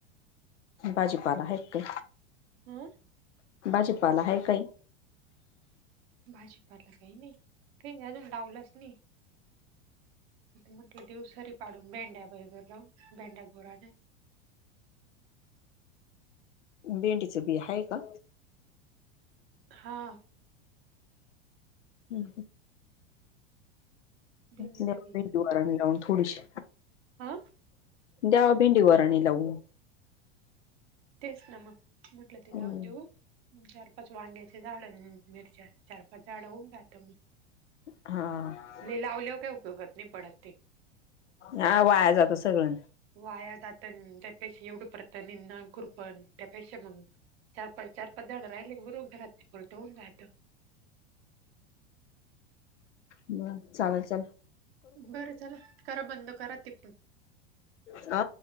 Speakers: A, on the left; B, on the right.
A: बाजीपाला हायत का
B: हम
A: काही भाजीपाला आहे काही
B: भाजीपाडला काही नाही काही अजून लाडावलाच नाही म्हटलं देव सरी पाडून भेंड्या व भेंड्या घोराने
A: भेंडीचं बी आहे का
B: हा
A: म
B: भेंडीचं
A: दवारणी
B: बी आहे
A: लावून थोडीशी
B: हा
A: द्या भिंडीवरणी लावू
B: तेच ना मग म्हटलं ते
A: हम्म.
B: लावून देऊ चार पाच वांग्याचे झाड मिरच्या चार पाच झाडं होऊन राहता मी
A: हा
B: लावलेवर काय उपयोगात नाही पडत ते
A: हा वाया जातो सगळं
B: वाया जातात त्या पै एवढं पतंुर पण त्यापेक्षा मग चार पाच चार पाच जण राहिले की बरोबर घरात परत होन राहातं
A: ब चालेल चाल
B: बरं चला करा बंद करा तिकडून
A: अ